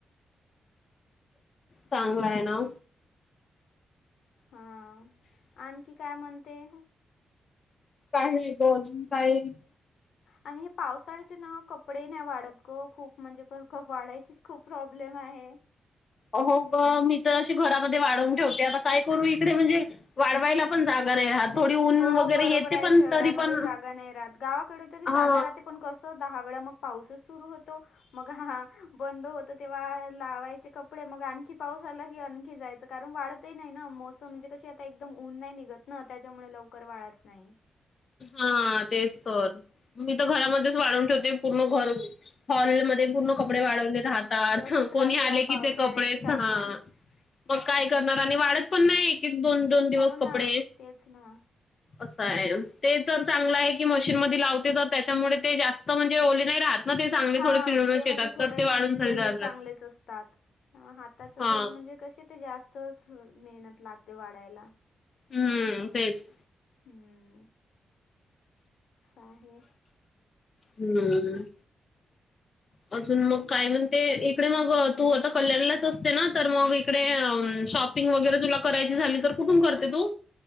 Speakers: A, on the left (about 45°); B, on the left (about 85°).
A: चांगला आहे ना.
B: हा आणखी काय म्हणते?
A: काय बोज काही.
B: आणि हे पावसाळ्याचे नाव. कपडे नाही वाडत गो खूप म्हणजे प क वाडायचीच खूप प्रॉब्लेम आहे.
A: हो ग मी तर वाढवून ठेवते आता काय करू इकडे म्हणजे वाडवायला पण जागा नाही राहत. थोडी ऊन
B: हो
A: वगैरे
B: बरोबर
A: येते
B: आहे
A: पण
B: शहरामध्ये
A: तरी पण
B: जागा नाही राहात गावाकडे तरी जागा
A: हा
B: राहते पण कस. दहा वेळा मग पाऊसच सुरु होतो मग हा बंद होत तेव्हा लावायचे कप कडे मग आणखी पाऊस आला की आणखी जायच. कारण वाडतही नाही ना मोसम म्हणजे कशी आता एकदम ऊन नाही निघत ना त्याच्यामुळे लवकर वाळत नाही.
A: हा तेच तर. मी तर घरामध्येच वाडवून ठेवते पूर्ण घर हॉलमध्ये. पूर्ण कपडे वाढवले राहातात
B: तसंच
A: कोणी
B: राहते
A: आले
B: ह्या
A: कि
B: पावसाळ्याची
A: ते कपडेच
B: कामं.
A: ह. मग काय करणार आणि वाडत पण नाही एक एक दोन दोन दिवस
B: हो ना,
A: कपडे.
B: तेच ना.
A: असं आहे. ते तर चांगलं आहे की मशीनमध्ये लावते तर त्याच्यामुळे ते जास्त म्हणजे ओले नाही राहत. ना ते चांगले
B: हा
A: थोडे पिळूनच
B: ते म्हणजे
A: येतात
B: थोडे
A: तर ते वाढून
B: पिळलेले
A: थोडे जातात
B: चांगलेच असतात ह हाताच
A: हा
B: थोडं म्हणजे कसे ते जास्तच मेहनत लागते वाढायला.
A: हम्म तेच.
B: हम्म. असं आहे.
A: हम्म.
B: <inaudible>
A: अजून मग काय म्हणते इकडे मग तू आता कल्याणलाच असते ना तर मग इकडे अ शॉप पिंग वगैरे तुला करायची झाली तर कुठून करते तू.